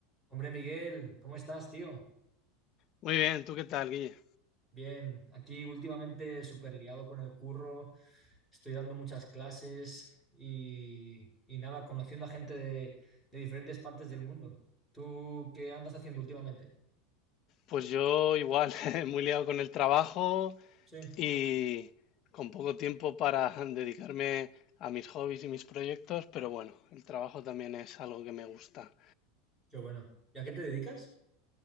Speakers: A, in the centre; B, on the left.
A: Hombre, Miguel, ¿cómo estás, tío?
B: Muy bien, ¿tú qué tal, Guille?
A: Bien, aquí últimamente súper liado con el curro, estoy dando muchas clases y, y nada, conociendo a gente de, de diferentes partes del mundo. ¿Tú qué andas haciendo últimamente?
B: Pues yo igual, <laughs> muy liado con el trabajo
A: Sí,
B: y con poco tiempo para <laughs> dedicarme a mis hobbies y mis proyectos, pero bueno, el trabajo también es algo que me gusta.
A: qué bueno. ¿Y a qué te dedicas?